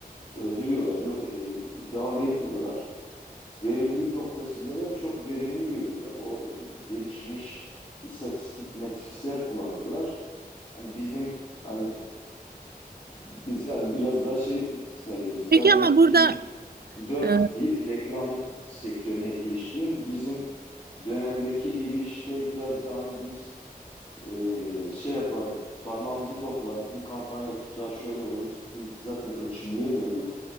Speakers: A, on the left (about 40°); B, on the right (about 80°).
A: öldürüyorlar. Yok e, devam etmiyorlar. Verimlilik noktasında da çok verimli görüyorlar. O gelişmiş istatistik metrikler kullanıyorlar. Hani bizim hani biz yani biraz daha şey sayılırız.
B: Peki
A: Ben
B: ama
A: de 2004
B: burada e,
A: di- reklam sektörüne girişliyim. Bizim dönemdeki gibi işte biraz daha hani biz e, şey yapardık, parmağımızı koplardık. Bu kampanya tutar, şöyle olur. Biz zaten ölçümleyemiyorduk.